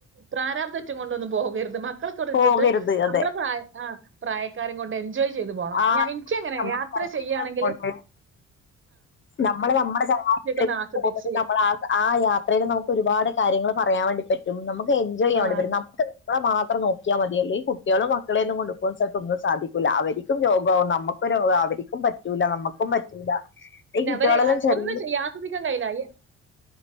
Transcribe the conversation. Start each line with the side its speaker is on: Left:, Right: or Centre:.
Right: പ്രാരാബ്ദ റ്റൊന്നും കൊണ്ട് പോകരുത് മക്കളെക്കെ
Left: പോകരുത്
Right: ഇട്ടിട്ട്
Left: അതെ
Right: നമ്മളെ പ്രായ പ്രായക്കാരും കൊണ്ട് എൻജോയ് ചെയ്ത് പോണം
Left: ആ
Right: ഞ എനിക്കങ്ങനെ
Left: നമ്മൾ
Right: യാത്ര ചെയ്യാണെങ്കില്
Left: കൊണ്ട് നമ്മള് ഞമ്മടെ ചങ്ങായി <unintelligible>
Right: ഒന്ന് ആസ്വദിച്ച്
Left: ആ യാത്രയിൽ നമുക്ക് ഒരുപാട് കാര്യ ര്യങ്ങള് പറയാൻ വേണ്ടി പറ്റും. നമുക്ക് എൻജോയ് ചെയ്യാൻ
Right: ആ
Left: വേണ്ടി പറ്റും. നമുക്ക് കുട്ടികളെ മാത്രം നോക്കീയാ മതിയല്ലോ. ഈ കുട്ടികളേം മക്കളെയൊന്നും കൊണ്ട് പോകുവാൻ ചെലപ്പങ്ങ് സാധിക്കൂല. അവര് ക്കും രോഗാവും നമുക്ക് രോഗാവും അവര് പറ്റൂല നമ്മുക്കും പറ്റൂല.
Right: പിന്നെ
Left: ഈ കുട്ടികളെല്ലാം
Right: അവരെ ആ-
Left: ചെറിയ
Right: ഒന്നും ചെയ്യാ ആസ്വദിക്കാൻ കഴിയില്ല ഈ